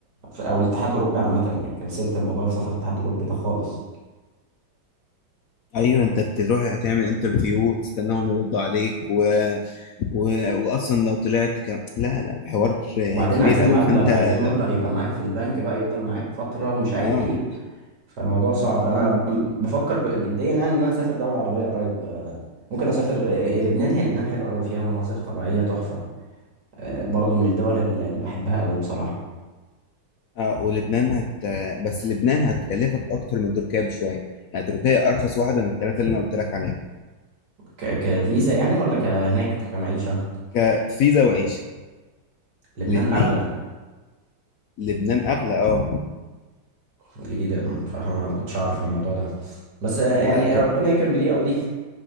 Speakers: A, on the right (about 60°); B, on the left (about 85°).
A: او الاتحاد الاوروبي عامه يعني كنسلت موضوع السفر الاتحاد الاوروبي ده خالص
B: ايوه انت بتروح تعمل انترفيو وتستناهم يردوا عليك و... و... واصلا لو طلعت ك... لا لا الحوار
A: وبعدين
B: كبير
A: عايزين
B: قوي
A: مبلغ
B: فانت
A: عايزين
B: لا...
A: مبلغ يبقى معاك في البنك بقى يفضل معاك فتره ومش عارف
B: اه
A: ايه فالموضوع صعب انا ب- بفكر جديا يعني ان انا اسافر دوله عربيه قريب آه، ممكن اسافر آه، آه، آه، لبنان هي لبنان حلوه قوي فيها مناظر طبيعيه تحفه آه، برضه من الدول اللي اللي بحبها قوي بصراحه
B: اه ولبنان هت بس لبنان هتكلفك اكتر من تركيا بشويه يعني تركيا ارخص واحده من الثلاثه اللي انا قلت لك عليهم
A: ك- كفيزا يعني ولا كهناك كمعيشه
B: كفيزا وعيشه
A: لبنان
B: الاثنين
A: اغلى
B: لبنان اغلى اه
A: جديدة بصراحة ما أنا ما كنتش أعرف الموضوع ده بس آه،
B: لا
A: يعني
B: طب
A: آه، ربنا يكرم بدي أو دي